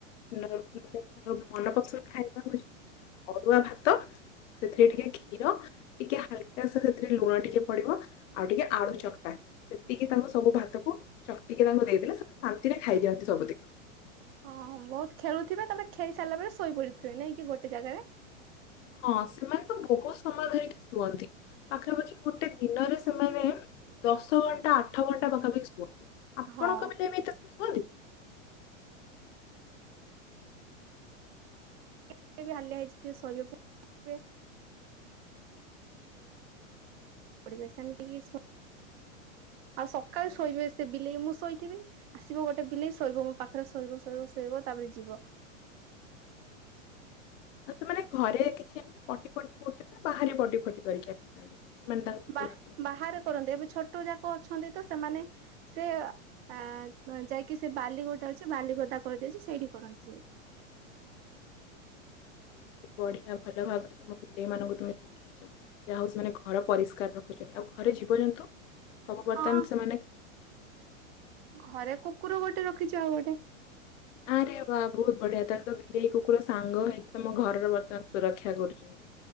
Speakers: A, on the left (about 65°); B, on the right (about 50°).
A: ମାନେ ମନ ପସନ୍ଦ ଖାଇବା ହଉଛି ଅରୁଆ ଭାତ, ସେଥିରେ ଟିକେ କ୍ଷୀର, ଟିକେ ହାଲକା ସେଥିରେ ଲୁଣ ଟିକେ ପଡିବ, ଆଉ ଟିକେ ଆଳୁ ଚକଟା, ସେ ଟିକିଏ ତାଙ୍କୁ ସବୁ ଭାତକୁ, ଚକଟିକି ତାଙ୍କୁ ଦେଇଦେଲେ ସେ ଶାନ୍ତିରେ, ଖାଇଦିଅନ୍ତି ସବୁ ଦିନ୍।
B: ହଁ ବହୁତ ଖେଳୁଥିବେ। ତାପରେ ଖେଳି ସାରିଲା ପରେ, ଶୋଇପଡିଥିବେ ନାଇଁ କି ଗୋଟେ ଜାଗାରେ?
A: ହଁ, ସେମାନେ ତ ବହୁତ ସମୟ ଧରିକି ଶୁଅନ୍ତି। ପାଖାପାଖି ଗୋଟେ ଦିନରେ ସେମାନେ, ଦଶ ଘଣ୍ଟା, ଆଠ ଘଣ୍ଟା ପାଖାପାଖି ଶୁଅନ୍ତି। ଆପଣଙ୍କ
B: ହଁ
A: ବିଲେଇ ବି ଏତେ ଶୁଅନ୍ତି?
B: ଯେତେ ବି ହାଲିଆ ହେଇ ଯିବେ, ଶୋଇବାକୁ ପଢିବେ, ସେମିତିକି ଶୋ ଆଉ ସକାଳେ
A: ହଁ,
B: ଶୋଇବେ। ସେ ବିଲେଇ ମୁଁ ଶୋଇଥିବି। ଆସିବ ଗୋଟେ ବିଲେଇ ଶୋଇବ ମୋ ପାଖରେ। ଶୋଇବ, ଶୋଇବ, ଶୋଇବ ତା ତାପରେ ଯିବ।
A: ଆଉ ସେମାନେ ଘରେ କିଛି ଏମତି ପଟି ଫଟି କରୁଛନ୍ତି ନା? ବାହାରେ ପଟି ଫଟି କରିକି ଆସୁଛନ୍ତି? ମାନେ ତାଙ୍କର
B: ବା,
A: ଯୋଉ ଲାଟିନ୍
B: ବାହାରେ
A: ଫାଟିନ୍
B: କରନ୍ତି।
A: ବସୁଛନ୍ତି
B: ଏବେ ଛୋଟ ଯାକ ଅଛନ୍ତି, ତ ସେମାନେ ସେ, ଏଁ ଯାଇକି ସେ ବାଲି ଗୋଟେ ଅଛି। ବାଲି ଗଦା କରିଦେଇଛି ସେଇଠି କରନ୍ତି ସେ
A: ବଢିଆ ଭଲ ଭାବରେ ତମ ବିଲେଇ ମାନଙ୍କୁ ତମେ ଶ ଯାହା ହଉ, ସେମାନେ ଘର ପରିଷ୍କାର ରଖୁଛନ୍ତି। ଆଉ ଘରେ ଜୀବଜନ୍ତୁ? ସବୁ ବର୍ତ୍ତମାନ
B: ହଁ
A: ସେମାନେ
B: ଘରେ କୁକୁର ଗୋଟେ ରଖିଛୁ, ଆଉ ଗୋଟେ।
A: ଆରେ ବା ବହୁତ ବଢିଆ। ତାହେଲେ ତ ବିଲେଇ, କୁକୁର ସାଙ୍ଗ ହେଇକି ତମ ଘରର ସୁରକ୍ଷା କରୁଛନ୍ତି